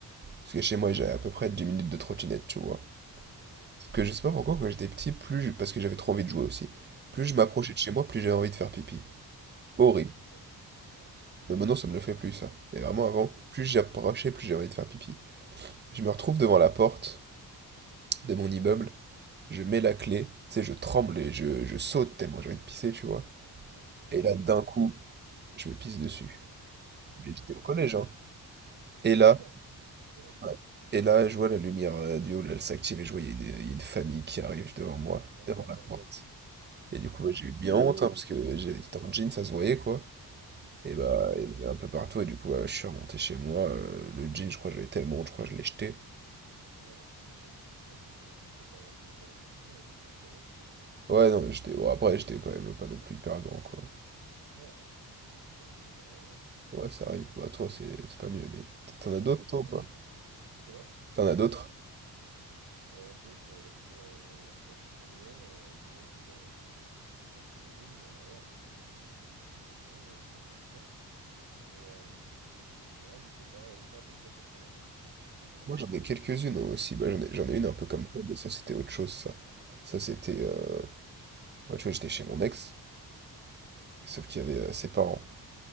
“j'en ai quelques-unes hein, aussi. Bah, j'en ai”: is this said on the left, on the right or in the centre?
Right